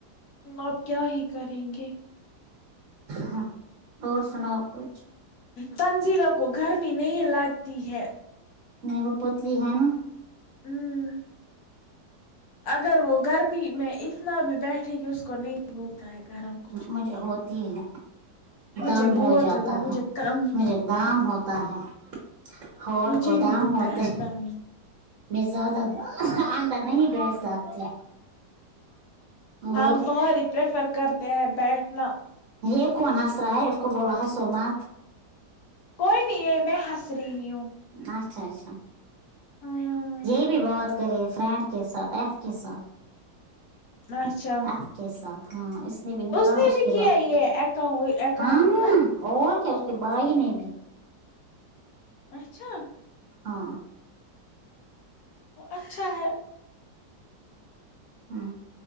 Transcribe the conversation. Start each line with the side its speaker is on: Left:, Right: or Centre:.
Left: اب کیا ہی کریں گے
Right: ہاں اور سناؤ کچھ
Left: تنزیلوں کو گرمی نہیں لگتی ہے
Right: نہیں وہ پتلی ہے نا
Left: آمم اگر وہ گرمی میں اتنا بھی بیٹھے گی اس کو نہیں بولتا ہے گرم کچھ بھی
Right: مجھے ہوتی ہے
Left: مجھے
Right: دم
Left: بہت
Right: ہو جاتا
Left: گیا مجھے
Right: ہے
Left: کم
Right: مجھے دام ہوتا ہے ہور
Left: مجھے
Right: کو
Left: بھی
Right: دام
Left: ہوتا
Right: ہوتے
Left: ہے دم
Right: میں زیادہ اندر نہیں بیٹھ سکتی اور
Left: ہاں باہر ہی پریفر کرتے ہیں بیٹھنا
Right: یے کون ہنسرا ہے اس کو بولا ہے ہنسو مت
Left: کوئی نہیں ہے میں ہنس رہی
Right: اچھا اچھا
Left: ہاں
Right: یہی بھی بات کرے فرینڈ کے ساتھ ایف کے ساتھ
Left: اچھا
Right: آپ کے ساتھ ہاں اس نے بھی نکالا
Left: نے
Right: اس
Left: بھی
Right: کے
Left: کیا
Right: بعد
Left: یہ اکاؤ اکاؤنٹ
Right: ہاں اور کیا اس کے بھائی نے بھی
Left: اچھا
Right: ہاں
Left: اچھا ہے
Right: ہمم